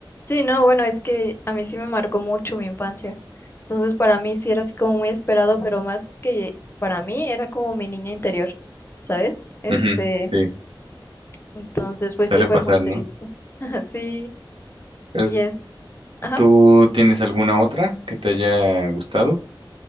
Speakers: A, on the left (about 30°); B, on the right (about 90°).
A: Sí, no, bueno, es que a mí sí me marcó mucho mi infancia. Entonces, para mí sí era así como muy esperado, pero más que para mí era como mi niña interior, ¿sabes? Este,
B: Ujú, Sí,
A: entonces, pues
B: suele
A: sí fue
B: pasar,
A: muy
B: ¿no?
A: triste. <laughs> Sí,
B: Eh,
A: y es, ajá.
B: ¿Tú tienes alguna otra que te haya gustado?